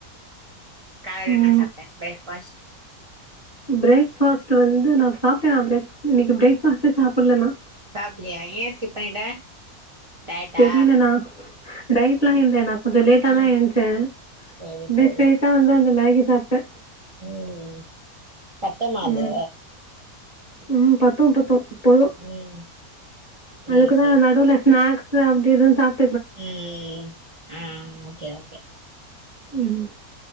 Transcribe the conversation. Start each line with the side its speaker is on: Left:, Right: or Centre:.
Right: காலைல என்ன
Left: ம்
Right: சாப்ட்ட ப்ரேக்ஃபாஸ்ட்
Left: பிரேக்ஃபாஸ்ட் வந்து நா சாப்ட்டனா ப்ரேக் இன்னைக்கு பிரேக்ஃ பாஸ்ட்டே சாப்ல நா
Right: சாப்புலியா ஏ ஸ்கிப் பண்ணிட்ட டயட்டா
Left: தெரியிலனா டய்ட்லா இல்ல நா கொஞ்சோ லேட்டா
Right: ம்
Left: தா ஏன்ஞ்ச்சே அப்டியே
Right: சேரி சேரி
Left: ஸ்டெய்ட்டா வந்து அந்த மேகி கி சாப்ட்டே
Right: ம் ம் பத்துமா அது
Left: ம் ம் பத்தும் பத்தும் போது
Right: ம் சேரி
Left: அதுக்குதா
Right: சேரி
Left: நடுவுல ஸ்நாக் சாப்டியது தாப்
Right: ம் ஆ ஓகே ஓகே
Left: ம்